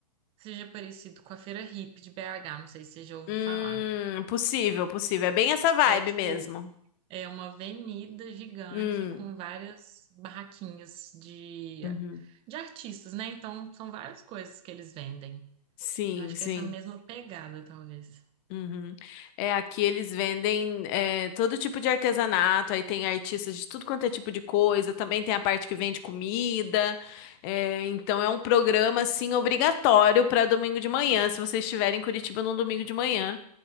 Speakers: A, on the right (about 25°); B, on the left (about 30°).
A: seja parecido com a Feira Hippie de BH, não sei se você já ouviu
B: Hum,
A: falar.
B: possível, possível. É bem essa vibe
A: Que é, tipo,
B: mesmo.
A: é uma avenida gigante
B: Hum,
A: com várias barraquinhas de,
B: uhum.
A: de artistas, né? Então, são várias coisas que eles vendem.
B: Sim,
A: Eu acho
B: sim.
A: que é essa mesma pegada, talvez.
B: Uhum. É, aqui eles vendem é, todo tipo de artesanato, aí tem artistas de tudo quanto é tipo de coisa, também tem a parte que vende comida. É, então é um programa assim obrigatório para domingo de manhã, se vocês estiverem em Curitiba num domingo de manhã.